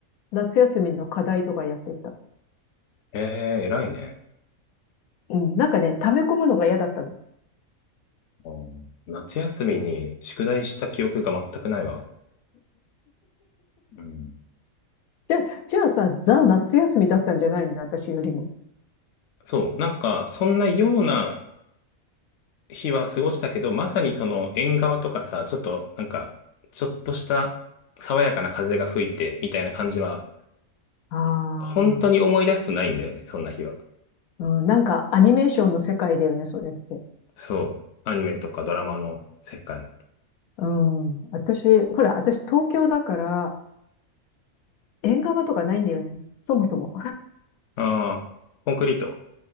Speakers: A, on the left (about 85°); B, on the left (about 65°).
A: 夏休みの課題とかやってた。
B: ええー偉いね。
A: うん。なんかね、溜め込むのが嫌だったの。
B: あー夏休みに宿題した記憶が全くないわ。
A: で
B: うん。
A: じゃあ、じゃあさ、ザ・夏休みだったんじゃないの私よりも。
B: そう、なんか、そんなような日は過ごしたけど、まさにその縁側とかさ、ちょっと、なんか、ちょっとした爽やかな風が吹いて、みたいな感じは、
A: あ
B: 本当に思い出すとないんだよね、
A: あ。
B: そんな日は。
A: うん、なんかアニメーションの世界だよね、それって。
B: そう、アニメとかドラマの世界。
A: うん。私、ほら、私東京だから、縁側とかないんだよね。そもそも。
B: ああ、コンクリート。